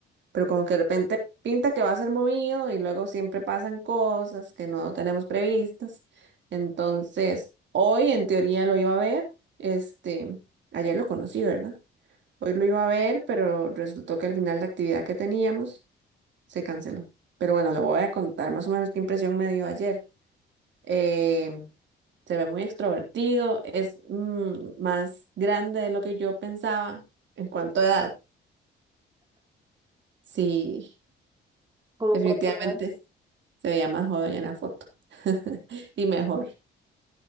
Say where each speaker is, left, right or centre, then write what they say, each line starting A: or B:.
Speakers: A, on the right; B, on the right.
A: pero como que de repente pinta que va a ser movido y luego siempre pasan cosas que no tenemos previstas. Entonces, hoy en teoría lo iba a ver, este, ayer lo conocí, ¿verdad? Hoy lo iba a ver, pero resultó que al final la actividad que teníamos se canceló. Pero bueno, le voy a contar más o menos qué impresión me dio ayer. Eh, se ve muy extrovertido, es mm, más grande de lo que yo pensaba en cuanto a edad. Sí,
B: ¿Cómo
A: definitivamente.
B: cuánto más?
A: Se veía más joven en la foto. <laughs> Y mejor.